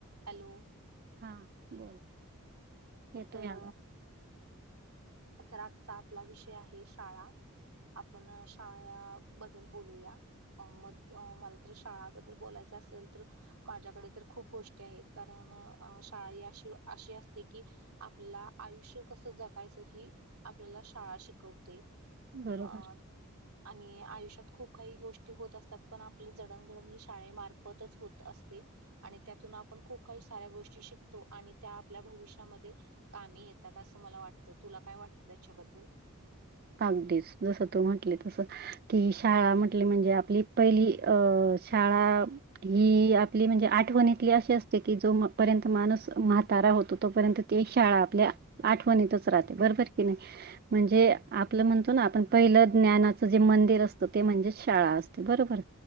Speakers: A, on the right; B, on the right.
A: Hello!
B: हा बोल येतोय
A: तर
B: आवाज
A: तर आजचा आपला विषय आहे शाळा आपण शाळा बद्दल बोलूया मज मला तर शाळाबद्दल बोलायचं असेल तर माझ्याकडे तर खूप गोष्टी आहेत कारण शाळा अशी अशी असते कि आपल्या आयुष्य कस जगायचं ही आपल्याला शाळा शिकवते
B: बरोबर
A: आ आणि आयुष्यात खूप काही गोष्टी होत असतात पण आपलं जडणगडण ह शाळेमार्फतच होत असते आणि त्यातून आपण खूप काही साऱ्या गोष्टी शिकतो आणि त्या आपल्या भविष्यात का येतात अस मला वात तुला काय वाटतं त्याच्याबद्दल
B: पाग दिस जसं तू म्हटले तस की शाळा म्हटली म्हणजे आपली पहिली अ छाळाा ही आपली म्हणजे आठवणीतली अशी असते की जो पर्यंत माणूस म्हातारा होतो तोपर्यंत तेी शाळा आपल्या आठवणीतच राहते बरोबर की नाही म्हणजे आपलं म्हणतो ना आपण पहिलं ज्ञानाचं जे मंदिर असतं ते म्हणजे शाळा असते बरोबर